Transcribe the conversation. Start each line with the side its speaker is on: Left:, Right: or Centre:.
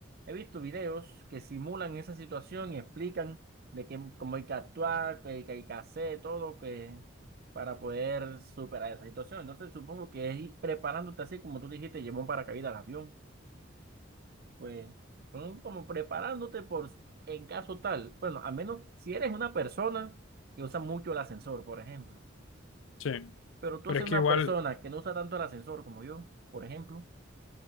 Right: he visto videos que simulan esa situación y explican de qué, cómo hay que actuar, qué, qué hay que hacer, todo que para poder superar esa situación. Entonces, supongo que es ir preparándote así como tú dijiste, llevó un paracaídas al avión. Pues son como preparándote por s- en caso tal. Bueno, a menos si eres una persona que usa mucho el ascensor, por ejemplo.
Left: sí,
Right: Pero tú
Left: pero
Right: eres
Left: es
Right: una
Left: que igual,
Right: persona que no usa tanto el ascensor como yo, por ejemplo.